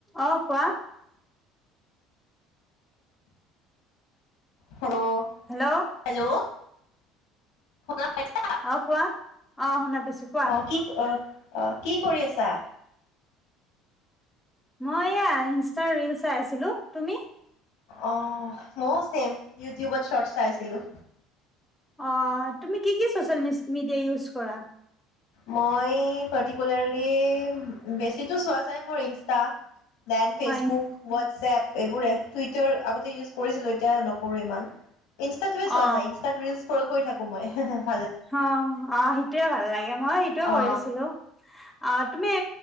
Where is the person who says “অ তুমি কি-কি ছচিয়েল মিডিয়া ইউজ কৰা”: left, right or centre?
Centre